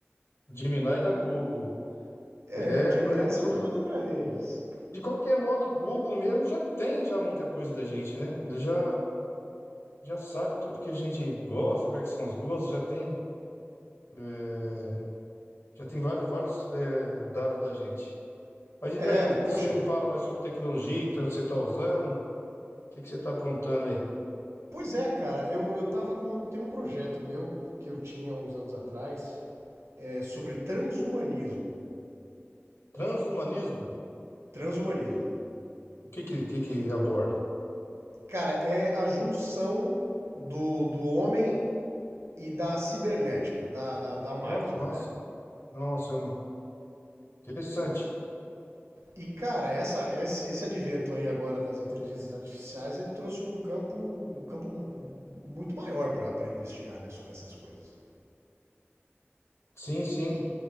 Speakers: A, on the left; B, on the right.
A: Gemini da Google.
B: É,
A: É,
B: Gemini
A: pô, é
B: você
A: tudo...
B: vai vender para eles.
A: De qualquer modo, o Google mesmo já tem já muita coisa da gente, né? Ele já, já sabe tudo que a gente gosta, quais que são os gostos, já tem, é, já tem vários, vários, é, dados da gente. Mas e daí?
B: É,
A: O que, que
B: poxa.
A: você me fala mais sobre tecnologia que você está usando? O que, que você está aprontando aí?
B: Pois é, cara. Eu, eu tava com. Tem um projeto meu que eu tinha uns anos atrás é, sobre transhumanismo.
A: Transhumanismo?
B: Transhumanismo.
A: O que que, que, que aborda?
B: Cara, é a junção do, do homem e da cibernética, da, da, da máquina,
A: Ó, que massa!
B: né?
A: Nossa, eu não- interessante.
B: E, cara, essa, esse, esse advento aí agora das inteligências artificiais, ele trouxe um campo, um campo muito maior para pra investigar, né, sobre essas coisas.
A: Sim, sim.
B: E,